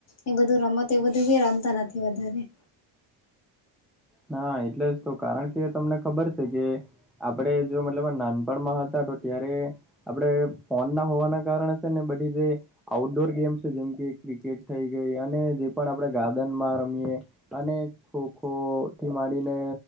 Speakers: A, on the left; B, in the centre.
A: એ બધું રમત એ બધું બી રમતા નથી વધારે.
B: હા એટલે જ તો કારણ કે તમને ખબર છે કે આપડે જો મતલબ નાનપણમાં હતા તો ત્યારે આપણેે ફોન ના હોવાના કારણે છે ને બ ધી જે આઉટડોર ગેમ્સ છે જેમ કે ક્રિકેટ થઈ ગઈ અને જે પણ આપણેે ગાર્ડનમાં રમીએ. અને ખો ખો થી મારીને.